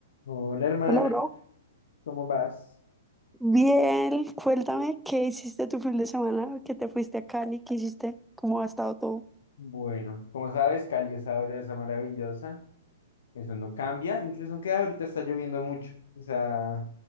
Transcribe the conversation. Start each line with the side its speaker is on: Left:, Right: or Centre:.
Left: Hola hermana,
Centre: Hola, bro.
Left: ¿cómo vas?
Centre: Bien, cuéntame qué hiciste tu fin de semana, que te fuiste a Cali, qué hiciste, cómo ha estado todo.
Left: Bueno, como sabes, Cali es sabrosa, maravillosa. Eso no cambia, incluso aunque ahorita está lloviendo mucho. O sea,